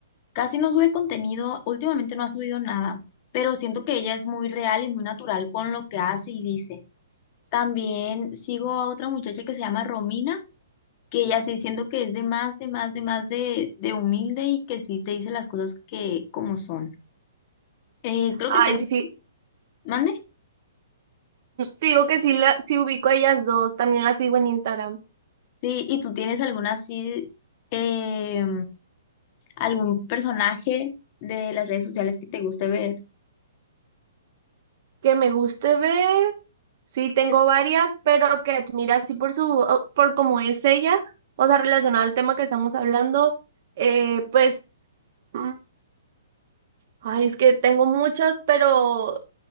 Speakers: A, on the left (about 40°); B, on the right (about 55°).
A: Casi no sube contenido, últimamente no ha subido nada, pero siento que ella es muy real y muy natural con lo que hace y dice. También sigo a otra muchacha que se llama Romina. que ella sí siento que es de más, de más, de más de, de humilde y que sí te dice las cosas que como son. Eh, creo
B: Ay,
A: que tengo,
B: sí, fi-
A: mande.
B: te digo que sí, la, sí ubico a ellas dos, también las sigo en Instagram.
A: Sí, ¿y tú tienes alguna así, eh, algún personaje de las redes sociales que te guste ver?
B: Que me guste ver, sí tengo
A: Pues,
B: varias, pero que admira así por su, o- por cómo es ella, o sea, relacionada al tema que estamos hablando, eh, pues, mm, ay, es que tengo muchos, pero